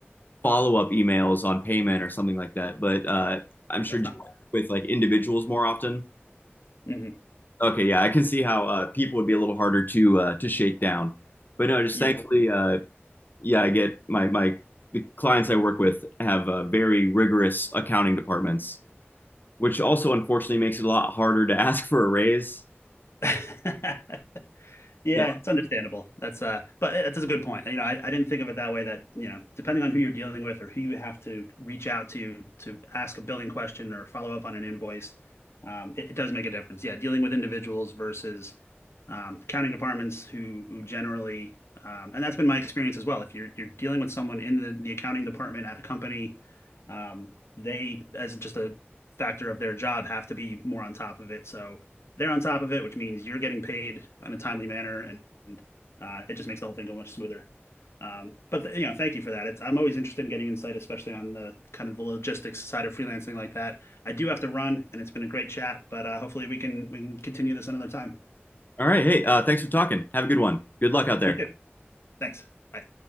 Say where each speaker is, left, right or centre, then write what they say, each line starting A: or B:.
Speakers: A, on the left; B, on the left.
A: follow up emails on payment or something like that. But uh, I'm sure
B: That's not
A: with like individuals more often.
B: right. hmm
A: Okay, yeah, I can see how uh, people would be a little harder to uh, to shake down. But no, just
B: Yeah.
A: thankfully, uh, yeah, I get my my the clients I work with have uh, very rigorous accounting departments, which also unfortunately makes it a lot harder to ask for a raise.
B: <laughs> Yeah,
A: Yeah.
B: it's understandable. That's uh, but it- that's a good point. You know, I, I didn't think of it that way that, you know, depending on who you're dealing with or who you have to reach out to to ask a billing question or follow up on an invoice, um, it, it does make a difference. Yeah, dealing with individuals versus um, accounting departments who who generally, um, and that's been my experience as well. If you're you're dealing with someone in the, the accounting department at a company, um, they, as just a factor of their job, have to be more on top of it. So they're on top of it, which means you're getting paid in a timely manner, and, and uh, it just makes the whole thing go much smoother. Um, but th- you know, thank you for that. It's, I'm always interested in getting insight, especially on the kind of the logistics side of freelancing like that. I do have to run, and it's been a great chat, but uh, hopefully we can we can continue this another time.
A: All right, hey, uh, thanks for talking. Have a good one. Good luck out there.
B: You too. Thanks. Bye.